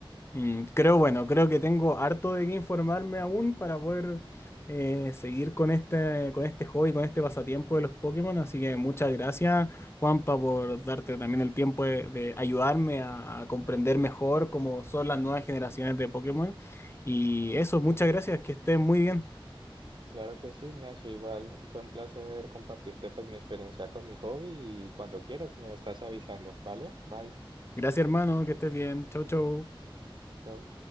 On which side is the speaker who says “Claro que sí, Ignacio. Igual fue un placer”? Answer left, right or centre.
Right